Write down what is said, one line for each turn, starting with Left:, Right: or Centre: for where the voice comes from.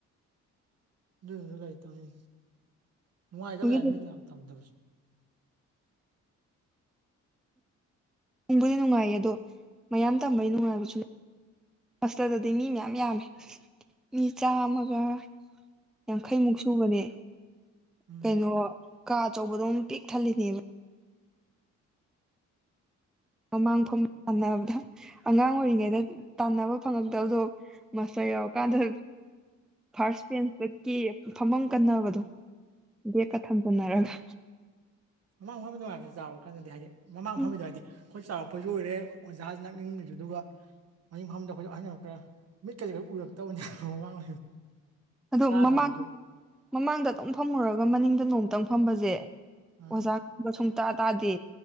Right: ꯑꯗꯨ ꯀ ꯇꯧꯔꯤ ꯅꯨꯡꯉꯥꯏꯗꯕ
Centre: ꯅꯨꯡꯕꯨꯗꯤ
Right: ꯌꯥꯏꯅꯤ ꯃꯤꯒꯤ ꯌꯥꯝ ꯇꯝꯗꯕꯁꯨ
Centre: ꯇꯪꯕꯨꯗꯤ ꯅꯨꯡꯉꯥꯏꯌꯦ ꯑꯗꯣ ꯃꯌꯥꯝ ꯇꯝꯕꯩ ꯅꯨꯡꯉꯥꯏꯕꯁꯨ ꯍꯁꯇꯗꯗꯤ ꯃꯤ ꯃꯌꯥꯝ ꯌꯥꯝꯃꯦ ꯃꯤ ꯆꯥꯝꯃꯒ ꯌꯥꯡꯈꯩꯃꯨꯛ ꯁꯨꯕꯅꯦ
Right: ꯎꯝ
Centre: ꯀꯩꯅꯣ ꯀꯥ ꯑꯆꯧꯕꯗꯣꯝ ꯄꯤꯛ ꯊꯜꯂꯤꯅꯦꯅ ꯃꯃꯥꯡ ꯃꯐꯝ ꯇꯥꯟꯅꯕꯗ ꯑꯉꯥꯡ ꯑꯣꯏꯔꯤꯉꯩꯗ ꯇꯥꯟꯅꯕ ꯐꯪꯉꯛꯇꯕꯗꯣ ꯃꯁ ꯌꯧꯔꯀꯥꯟꯗ ꯐꯥꯔꯁ ꯕꯦꯟꯁꯇꯀꯤ ꯐꯃꯝ ꯀꯟꯅꯕꯗꯣ ꯗꯦ ꯀ ꯊꯝꯖꯅꯔꯒ
Right: ꯃꯃꯥꯡ ꯐꯝꯃꯤ ꯅꯨꯡꯉꯥꯏꯅ ꯆꯥꯎꯔꯀꯥꯟꯗꯗꯤ ꯍꯥꯏꯗꯤ ꯃꯃꯥꯡ
Centre: ꯎꯝ
Right: ꯐꯝꯕꯤꯗꯣ ꯍꯥꯏꯗꯤ ꯑꯩꯈꯣꯏ ꯆꯥꯎꯔꯛꯄꯁꯨ ꯑꯣꯏꯔꯦ ꯑꯣꯖꯥ ꯅꯛꯅꯤꯡꯕꯁꯨ ꯑꯗꯨꯒ ꯃꯅꯤꯡꯤꯡ ꯐꯝꯐꯝꯗ ꯑꯩꯈꯣꯏꯁꯨ ꯑꯍꯟꯔꯛꯛꯇ꯭ꯔꯦ ꯃꯤꯠ ꯀꯔꯤ ꯈꯔ ꯎꯔꯛꯇꯕꯅꯤꯅ ꯃꯃꯥꯡ
Centre: ꯑꯗꯣ
Right: ꯇꯥꯗꯕꯩꯁꯨ
Centre: ꯃꯃꯥꯡ ꯃꯃꯥꯡꯗ ꯑꯗꯨꯝ ꯐꯝꯃꯨꯔꯒ ꯃꯅꯤꯡꯗ ꯅꯣꯡꯇꯪ ꯐꯝꯕꯁꯦ
Right: ꯑꯥ
Centre: ꯑꯣꯖꯥ ꯉꯕ ꯁꯨꯡꯇꯥꯥ ꯇꯥꯗꯦ